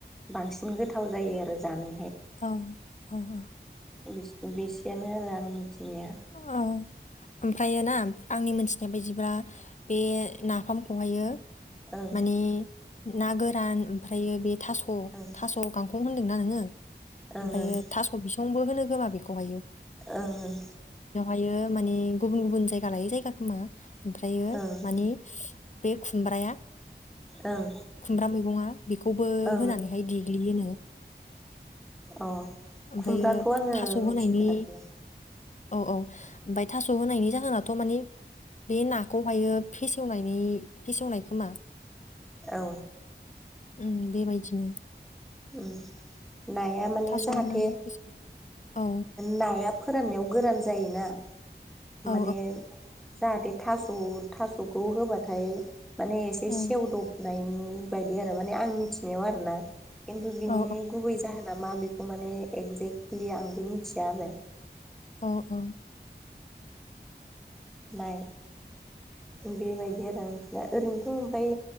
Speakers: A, in the centre; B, on the left (about 45°).
A: बांसिन गोथाव जायो आरो जानोहाय
B: औ औ औ
A: बिस बिसेयानो आरो आं मिथिनाया
B: औ ओमफ्रायो ना आंनि मोनथिनाय बायदिब्ला बे नाफामखौहायो
A: ओं
B: माने ना गोरान ओमफ्रायो बे थास' गांखं
A: ओं
B: गांखं होनदों ना नोंडो
A: ओं
B: ओमफ्राय थासंबो होनो गोबा बेखौहायो
A: ओं ओं
B: बेयो माने गुबुन गुबुन जायगा लायै जायगा खोमा ओमफ्रायो
A: ओं ओं
B: माने बे खुमब्राया
A: ओं
B: खुमब्रा मैगङा बेखौबो
A: ओं
B: होनानैहाय देग्लियोनो
A: अ
B: ओमफ्रायो
A: खुमब्राखौ आङो
B: थास'
A: मिथिफेराखैलाय
B: होनायनि औ औ ओमफ्राय थास' होनायनि जाहोनाथ' माने बे नाखौहायो फेसेवनायनि फेसेवनाय खोमा
A: औ
B: उम बेबायदिनो
A: उम नाया माने
B: थास'
A: जाहाथे
B: होनानै फेसेव औ
A: नाया फोराननायाव गोरान जायोना
B: औ
A: माने जाहाथे थास' थास'खौ होबाथाय माने एसे
B: औ
A: सेवदब नायनि बायदि आरो माने आं मिथिनायाव आरोना खिन्थु बिनि
B: औ
A: गुबै जाहोन ना मा बेखौ माने एक्जेक्टलि आंबो मिथिया आरो
B: औ औ
A: नाय बेबायदि आरो आंथिना ओरैनोथ' ओमफ्राय